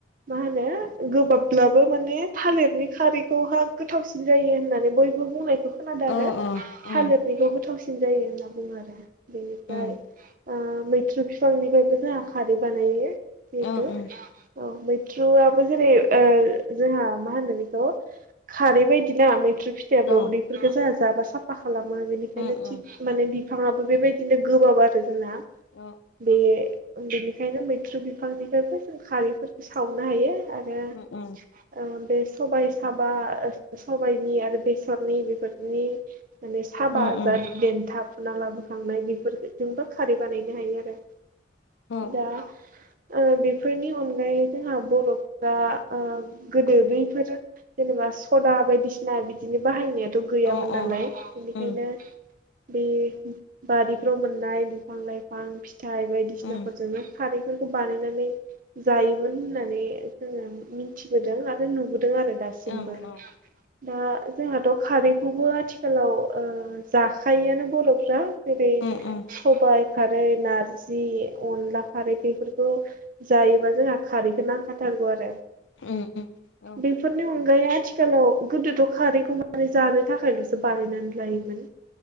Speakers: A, on the right (about 45°); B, on the left (about 80°).
A: मा होनो ओ गोबाबब्लाबो माने थालिरनि खारैखौहाय गोथावसिन जायो होननानै बयबो बुंनायखौ खोनादो आरो
B: औ औ
A: थालिरनिखौ
B: उम
A: गोथावसिन जायो होनना बुङो आरो। बेनिफ्राय
B: उम
A: ओ मैथ्रु बिफांनिफ्रायबो जोंहा खारै बानायो। जिथु
B: औ
A: औ
B: उम
A: मैथ्रुआ जै जोंहा मा होनो बेखौ खारै बायदिना मैथ्रु फिथाइयाबो
B: औ
A: उदै बेफोरखौ जोंहा जाबा साफा खालामो बेनिखायनो
B: उम उम
A: थिग माने बिफाङाबो बेबायदिनो गोबाब आरो जोंना बे
B: औ
A: बेनिखायनो मैथ्रु बिफांनिफ्रायबो जों खारैफोरखौ सावनो हायो आरो
B: उम उम
A: ओ बे सबाय साबा ओ सबायनि आरो बेसरनि बेफोरनि माने साबा
B: उम उम
A: जाद देन्था फुना लाबोखांनाय बेफोरजोंबो खारै बानायनो हायो आरो।
B: औ
A: दा ओ बेफोरनि अनगायै जोंहा बर' दा ओ गोदो बैफोर जेनेबा सदा बायदिसिना बिदिनो बाहायनाया थ' गैयामोन
B: अ अ
A: नालाय
B: उम
A: बेनिखायनो
B: उम
A: बे बारिफ्राव मोननाय बिफां लाइफां फिथाइ बायदिसिनाफोरजोंनो
B: उम
A: खारैफोरखौ बानायनानै जायोमोन होननानै जोङो मिथिबोदों आरो नुबोदों आरो दासिमबो
B: औ औ
A: दा जोंहाथ' खारैखौबो आथिखालाव जाखायोआनो बर'फ्रा जेरै
B: उम उम
A: सबायाइ खारै नारजि अनला खारै बेफोरखौ जायोबा जोंहा खारैखौ नांखाथारगौ आरो
B: उम उम
A: बेफोरनि अनगायै ओमफ्राइ आथिखालाव गोदोथ' खारैखौ मारै जानो थाखायल'सो बानायनानै लायोमोन